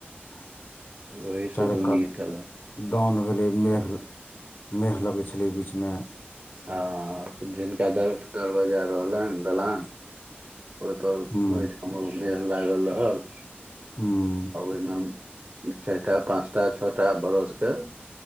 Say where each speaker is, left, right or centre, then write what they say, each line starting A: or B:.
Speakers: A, on the left; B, on the right.
A: -
B: ओहिसँ
A: चारो
B: दौनी
A: कात
B: केलक
A: दौन भेलै मेहग मेह लगै छलै बीचमे
B: हँ जिनका दर दरवाजा रहलै दलान ओहिपर
A: हूँ
B: ओहिठाम ओ मेेल लागल रहल
A: हँम्म
B: आ ओहिमे हम चारि ट पाँच टा छओटा बरदके